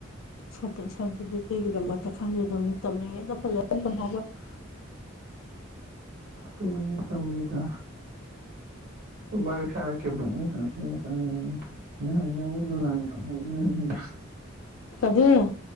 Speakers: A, on the left; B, on the right.
A: ꯁꯥꯔꯇꯤꯐꯤꯀꯦꯠꯒꯤꯗꯃꯛꯇ <unintelligible> ꯈꯜꯕꯤꯗꯕꯃꯤ <unintelligible> ꯇꯝꯂꯤꯉꯩꯗ ꯐꯖꯅ ꯇꯝꯍꯧꯕ <unintelligible>
B: ꯇꯣꯛꯇꯝꯅꯤꯗꯥ ꯃꯔꯛ ꯁꯔꯛꯀꯤ <unintelligible> <unintelligible> ꯅꯣꯏ ꯍꯧꯖꯤꯛ ꯃꯨꯛ ꯗꯨꯔꯥꯟ ꯀꯞ ꯍꯣꯗꯧꯔꯦ ꯗꯨꯔꯥꯟ
A: ꯀꯕꯤꯔ